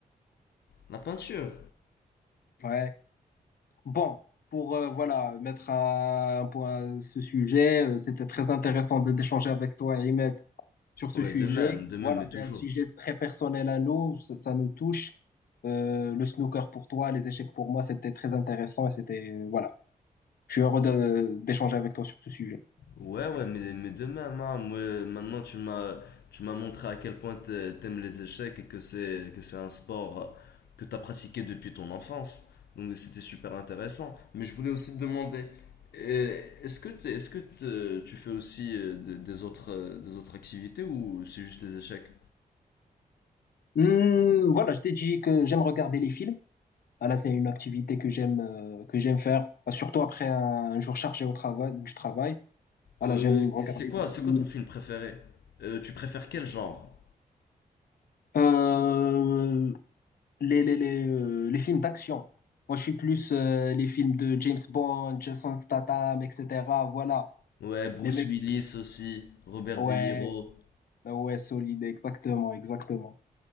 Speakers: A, on the left; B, on the left.
A: La peinture.
B: <laughs> Ouais. Bon, pour euh, voilà mettre à- un point à ce sujet, euh, c'était très intéressant de d'échanger avec toi, Ahmed, sur ce
A: Ouais,
B: sujet.
A: de même, de même,
B: Voilà,
A: mais
B: c'est
A: toujours.
B: un sujet très personnel à nous, ça, ça nous touche. Euh, le snooker pour toi, les échecs pour moi, c'était très intéressant et c'était euh, voilà. Je suis heureux de- d'échanger avec toi sur ce sujet.
A: Ouais, ouais, mais, mais de même, hein, moi, maintenant tu m'as tu m'as montré à quel point t'a- t'aimes les échecs et que c'est que c'est un sport euh, que t'as pratiqué depuis ton enfance. Donc c'était super intéressant. Mais je voulais aussi te demander, euh, est-ce que t'es- est-ce que te- tu fais aussi euh, des, des autres euh, des autres activités ou c'est juste les échecs?
B: Hum, voilà, je t'ai dit que j'aime regarder les films. Voilà, c'est une activité que j'aime euh, que j'aime faire, euh, surtout après un, jour chargé au travail du travail. Voilà,
A: Euh,
B: j'aime regarder
A: c'est quoi
B: des
A: c'est
B: films.
A: quoi ton film préféré? Euh, tu préfères quel genre?
B: Euh, les, les, les, euh, les films d'action. Moi, je suis plus euh, les films de James Bond, Jason Statham, etc. Voilà,
A: Ouais, Bruce
B: les mecs.
A: Willis aussi, Robert
B: Ouais,
A: De Niro.
B: ah ouais, solide, exactement, exactement.